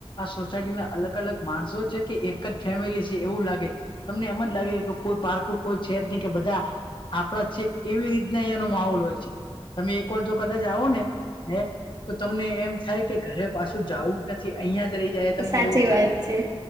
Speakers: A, on the left; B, on the right.
A: સોસાયટી ના અલગ અલગ માણસો છે કે એક જ ફેમિલી છે એવું લાગે તમને એમ જ લાગે કે કોઈ પાર્ક કોઈ છે ન કે બધા આપણા જ છે એવી રીતના અહિયાયાનો માહોલ હોય છે તમે એક વાર જો કદાચ આવો ને હે તો તમને એમ થાય કે ઘરે પાછ જવું જ નથી અહિયાં જ રહી જાય તમને
B: સાચી
A: એવું
B: વાત
A: થાય
B: છે.